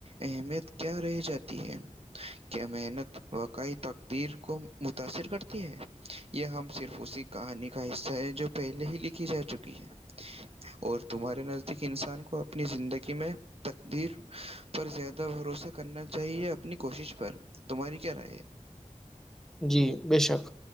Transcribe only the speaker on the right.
اہمیت کیا رہ جاتی ہے کیا محنت وقع تقدر کو متاثر کرتی ہے یہ ہم صرف اسی کہانی کا حصہ ہے جو پہلے ہی لکھی جا چکی ہے اور تمہارے نزدیک انسان کو اپنی زندگی میں تقدیر پر زیادہ بھروسہ کرنا چاہیے اپنی کوشش پر تمہاری کیا رائے